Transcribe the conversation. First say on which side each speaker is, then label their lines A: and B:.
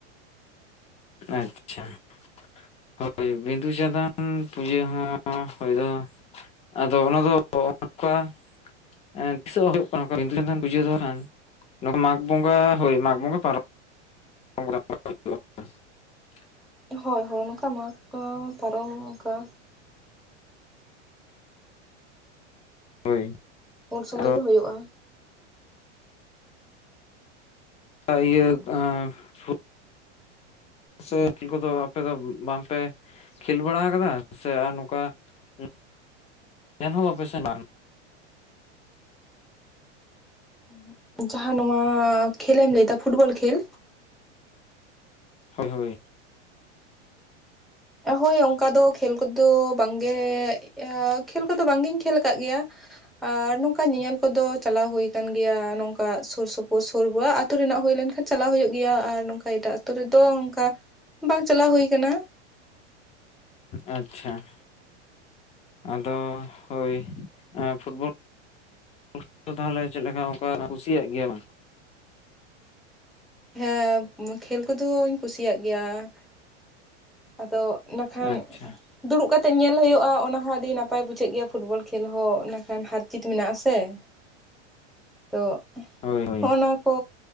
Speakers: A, on the left; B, in the centre.
A: ᱟᱪᱪᱷᱟ ᱾ ᱦᱳᱭ ᱵᱤᱸᱫᱩ ᱪᱟᱸᱫᱟᱱ ᱯᱩᱡᱟᱹ ᱦᱚᱸ ᱦᱚᱭ ᱫᱚ ᱟᱫᱚ ᱚᱱᱟ ᱫᱚ ᱚᱝᱠᱟ ᱮᱸ ᱛᱤᱥᱚᱜ ᱦᱩᱭᱩᱜ ᱠᱟᱱᱟ ᱚᱠᱟ ᱵᱤᱸᱫᱩ ᱪᱟᱸᱱᱫᱟᱱ ᱯᱩᱪᱟᱹ ᱫᱚ ᱠᱷᱟᱱ ᱢᱟᱜᱽ ᱵᱚᱸᱜᱟ, ᱦᱳᱭ ᱢᱟᱜᱽ ᱵᱚᱸᱜᱟ ᱯᱟᱨᱚᱢ <inaudible> ᱦᱩᱭᱩᱜ-ᱟ ᱾
B: ᱦᱳᱭ ᱦᱳᱭ ᱱᱚᱝᱠᱟ ᱢᱟᱠ‌ ᱠᱚ ᱯᱟᱨᱚᱢ ᱚᱝᱠᱟ
A: ᱦᱳᱭ
B: ᱩᱱ ᱥᱩᱢᱟᱹᱭ
A: ᱟᱫᱚ
B: ᱜᱮ ᱦᱩᱭᱩᱜ-ᱟ ᱾
A: ᱠᱟ ᱤᱭᱟᱹ ᱟᱸ ᱯᱷᱩ ᱥᱮ ᱠᱷᱮᱞ ᱠᱚᱫᱚ ᱟᱯᱮ ᱫᱚ ᱵᱟᱝ ᱯᱮ ᱠᱷᱮᱞ ᱵᱟᱲᱟ ᱟᱠᱟᱫᱟ ᱥᱮ ᱟᱨ ᱱᱚᱝᱠᱟ ᱩᱸ ᱜᱟᱱ ᱦᱚᱸ ᱵᱟᱯᱮ‌ ᱥᱮ ᱵᱟᱝ?
B: ᱩᱸᱦᱩᱸᱜ ᱾ ᱡᱟᱦᱟᱸ ᱱᱚᱣᱟ ᱠᱷᱮᱞ ᱮᱢ ᱞᱟᱹᱭ ᱫᱟ ᱯᱷᱩᱴᱵᱚᱞ ᱠᱷᱮᱞ
A: ᱦᱳᱭ ᱦᱳᱭ ᱾
B: ᱦᱳᱭ ᱚᱝᱠᱟ ᱫᱚ ᱠᱷᱮᱞ ᱠᱚᱫᱚ ᱵᱟᱝ ᱜᱮ ᱮᱻ ᱠᱷᱮᱞ ᱠᱚᱫᱚ ᱵᱟᱝ ᱜᱤᱧ ᱠᱷᱮᱞ ᱠᱟᱜ ᱜᱮᱭᱟ ᱾ ᱟᱨ ᱱᱚᱝᱠᱟ ᱧᱮᱧᱮᱞ ᱠᱚᱫᱚ ᱪᱟᱞᱟᱣ ᱦᱩᱭ ᱠᱟᱱ ᱜᱮᱭᱟ ᱱᱚᱝᱠᱟ ᱥᱩᱨ ᱥᱩᱯᱩᱨ ᱥᱩᱨ ᱵᱟᱣᱟᱜ ᱟᱛᱩ ᱨᱮᱱᱟᱜ ᱦᱩᱭ ᱞᱮᱱᱠᱷᱟᱱ ᱪᱟᱞᱟᱣ ᱦᱳᱭᱳᱜ ᱜᱮᱭᱟ ᱟᱨ ᱱᱚᱝᱠᱟ ᱮᱴᱟᱜ ᱟᱛᱩ ᱨᱮᱫᱚ ᱚᱝᱠᱟ ᱵᱟᱝ ᱪᱟᱞᱟᱣ ᱦᱩᱭ ᱠᱟᱱᱟ ᱾
A: ᱟᱪᱪᱷᱟ ᱾ ᱟᱫᱚ ᱦᱳᱭ ᱮᱸ ᱯᱷᱩᱴᱵᱚᱞ ᱠᱷᱮᱞ‌ ᱫᱚ ᱛᱟᱦᱚᱞᱮ ᱪᱮᱜ ᱞᱮᱠᱟ ᱚᱝᱠᱟ ᱠᱩᱥᱤᱭᱟᱜ ᱜᱮᱭᱟ ᱵᱟᱝ?
B: ᱦᱮᱸ ᱠᱷᱮᱞ ᱠᱚ ᱫᱚᱧ ᱠᱩᱥᱤᱭᱟᱜ ᱜᱮᱭᱟ ᱾ ᱟᱫᱚ ᱤᱱᱟᱹ ᱠᱷᱟᱱ
A: ᱟᱪᱪᱷᱟ
B: ᱫᱩᱲᱩᱵ ᱠᱟᱛᱮᱜ ᱧᱮᱞ ᱦᱩᱭᱩᱜ-ᱟ ᱚᱱᱟ ᱦᱚᱸ ᱟᱰᱤ ᱱᱟᱯᱟᱭ ᱵᱩᱡᱷᱟᱹᱜ ᱜᱮᱭᱟ ᱯᱷᱩᱴᱵᱚᱞ ᱠᱷᱮᱞ ᱦᱚᱸ ᱚᱱᱟ ᱠᱷᱟᱱ ᱦᱟᱨ ᱪᱤᱛ ᱢᱮᱱᱟᱜ-ᱟ ᱥᱮ ᱾ ᱛᱚ
A: ᱦᱳᱭ ᱦᱳᱭ
B: ᱦᱚᱸᱜ-ᱚ ᱱᱚᱣᱟ ᱠᱚ